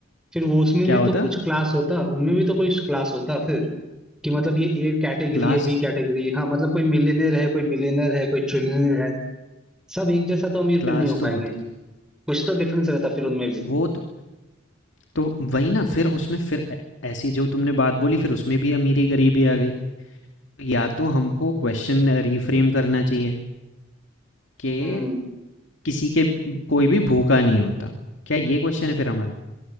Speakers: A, in the centre; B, on the left.
A: फिर वो उसमें
B: क्या
A: भी
B: होता
A: तो कुछ क्लास होता उनमें भी तो कोई क्लास होता फिर कि मतलब ये ए कैटेगरी
B: क्लास
A: है बी कैटेगरी है हाँ मतलब कोई मिलियनेयर है कोई बिलियनर है कोई ट्रिलियनर है सब एक जैसा तो अमीर
B: क्लास
A: फिर नहीं हो
B: तो
A: पाएंगे
B: होता
A: कुछ तो डिफरेंस रहता फिर उनमें भी
B: वो तो, तो वही ना फिर उसमें फिर ऐ- ऐसी जो तुमने बात बोली फिर उसमें भी अमीरी गरीबी आ गई या तो हमको क्वेश्चन रिफ्रेम करना चाहिए कि
A: हम्म
B: किसी के कोई भी भूखा नहीं होता क्या ये क्वेश्चन है फिर हमारा